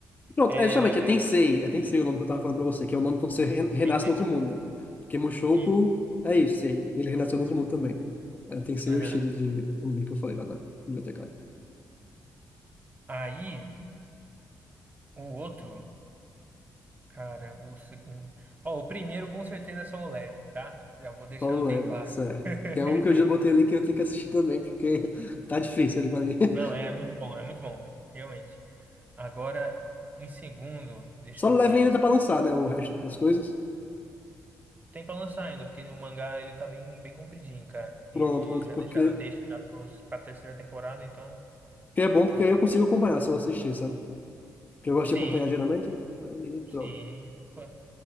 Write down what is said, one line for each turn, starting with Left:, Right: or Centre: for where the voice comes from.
Left: Pronto,
Right: É,
Left: é justamente, é Tensei, é Tensei o nome que eu tava falando pra você, que é o nome quando você re- renasce
Right: pensei.
Left: no outro mundo, né? Porque Mushoku
Right: E,
Left: é isso, sei, ele renasceu no outro mundo também, né? É, Tensei
Right: aham.
Left: é o estilo de anime que eu falei lá na biblioteca.
Right: Aí, o outro, cara, o segundo. Ó, o primeiro com certeza é só o Leveling, tá? Já vou deixando
Left: Solo
Right: bem
Left: Leveling,
Right: claro.
Left: certo.
Right: <laughs>
Left: Que é um que eu já botei ali que eu tenho que assistir também, porque <laughs> tá difícil ali pra mim. <laughs>
Right: Não, é muito bom, é muito bom, realmente. Agora, em segundo, deixa
Left: Solo
Right: eu ver.
Left: Leveling ainda tá pra lançar, né, o resto das coisas.
Right: Tem pra lançar ainda, porque o mangá ele tá bem, bem compridinho, cara. E
Left: Pronto, pronto,
Right: já
Left: porque...
Right: deixaram a deixa já pros, pra terceira temporada, então,
Left: que é bom
Right: então
Left: porque aí
Right: tem.
Left: eu consigo acompanhar se eu assistir, sabe? Porque eu gosto
Right: Sim,
Left: de acompanhar geralmente, aí pronto,
Right: sim. Opa.